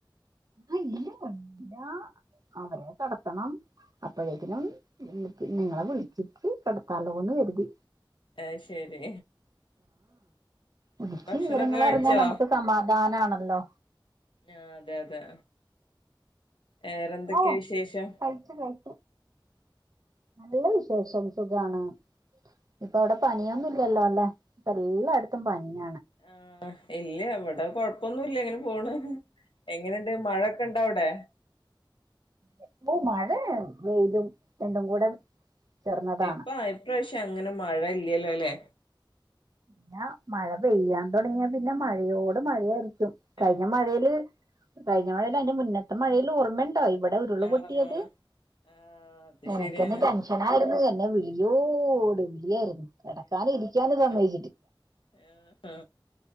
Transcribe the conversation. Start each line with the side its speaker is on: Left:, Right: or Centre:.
Right: ആഹ് ഇല്ല ഒറങ്ങി ഇല്ല അവരെ കെടത്തണം അപ്പോഴേക്കനും നി നിങ്ങളെ വിളിച്ചിട്ട് കെടത്താലോന്ന് കരുതി
Left: ആയ് ശരി
Right: വിളിച്ചി
Left: ഭക്ഷണൊക്കെ
Right: വിവരങ്ങൾ
Left: കഴിച്ചോ
Right: അറിഞ്ഞാ നമുക്ക് സമാധാനആണല്ലോ
Left: ആ അതെ അതെ വേറെന്തൊക്കെയ
Right: ഓ
Left: വിശേഷം
Right: കഴിച്ചു കഴിച്ചു നല്ല വിശേഷം സുഖാണ് ഇപ്പൊ അവിടെ പനിയൊന്നുംഇല്ലല്ലോ അല്ലെ ഇപ്പ എല്ലാടത്തും പനിയാ
Left: ആഹ് ഇല്ലേ ഇവിടെ കൊഴപ്പൊന്നുല്ല അങ്ങനെ പോണു എങ്ങനെണ്ട് മഴൊക്കെ ഒണ്ടോ അവിടെ
Right: ഇവിടെ മഴയാ വെയ്ലും രണ്ടും കൂടെ ചേർന്നതാണ്
Left: അപ്പ ഇപ്പ അത്യാവശ്യം അങ്ങനെ മഴ ഇല്ലല്ലോ അല്ലേ
Right: പിന്നാ മഴ പെയ്യൻ തുടങ്ങിയാ പിന്നെ മഴയോട് മഴയായി രിക്കും കഴിഞ്ഞ
Left: ആ
Right: മഴയില് കഴിഞ്ഞ മഴല്ലാ അതിന്റെ മുന്നത്തെ മഴെല്ല് ഓർമ്മണ്ടാ ഇവിടെ ഉരുള്
Left: ആ
Right: പൊട്ടിയത്
Left: ആ ആ അത്
Right: എനക്കന്നെ
Left: ശരിയാണ്
Right: ടെൻഷനായിരുന്നു എന്നെ വിളിയോട് വിളിയാരുന്നു കേടക്കാനും ഇരിക്കാനും സമ്മയി
Left: ആഹ് ഹാ